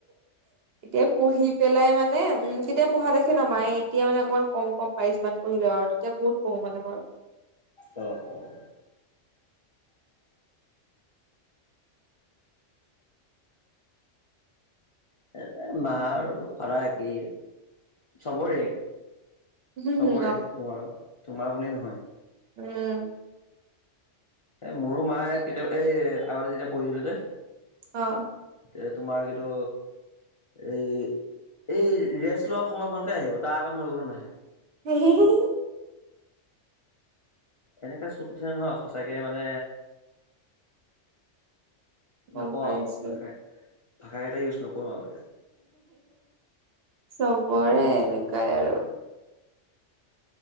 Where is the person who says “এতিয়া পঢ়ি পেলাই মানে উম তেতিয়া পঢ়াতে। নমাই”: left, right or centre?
Right